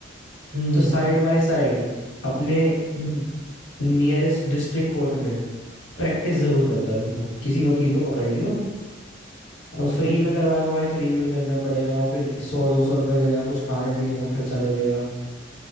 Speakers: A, on the right (about 40°); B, on the left (about 85°).
A: हम्म
B: तो साइड बाय साइड अपने
A: हम्म
B: नियरेस्ट डिस्ट्रिक्ट कोर्ट में प्रैक्टिस
A: हम्म
B: जरूर करता रहियो किसी वकील को पकड़ लियो और
A: हम्म
B: फ्री में करवाएगा भाई फ्री में भी करना पड़ेगा या फिर सौ दो सौ रुपये दे देगा कुछ खाने पीने का खर्चा दे देगा